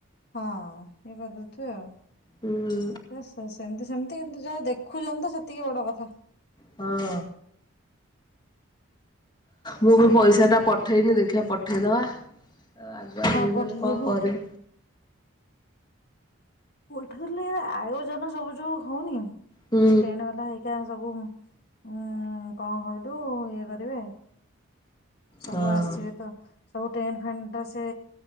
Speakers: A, on the left (about 50°); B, on the left (about 20°).
A: ହଁ ଇଏ କରି ଦେଉଥିବେ ଆଉ
B: ହୁଁ
A: ସେ ସେମିତି ସେମିତି କିନ୍ତୁ ଯାହା ହଉ ଦେଖୁଛନ୍ତି ତ ସେତିକି ବଡ କଥା।
B: ହଁ। ମୁଁ
A: ହଁ
B: ବି
A: ଦେଖ
B: ପଇସା ଟା ପଠେଇନି ଦେଖିବା ପଠେଇ ଦବା। ତ ଆଗୁଆ
A: ହଁ
B: ଦେଇଦେଲି
A: ପଠେଇଦବୁ
B: କଣ କରିବି।
A: ପଠେଇଲେ ଆୟୋଜନ ସବୁ ଯୋଉ ହଉନି ଏଇ
B: ହୁଁ
A: ଟେଣ୍ଡ ବାଲା ହେଇକା ସବୁ ଉୁଁ କଣ କହିଲୁ ଇଏ କରିବେ ସବୁ
B: ହଁ।
A: ଆସିବେ ତ ସବୁ ଟେଣ୍ଟ ଫେଣ୍ଟ ଟା ସେ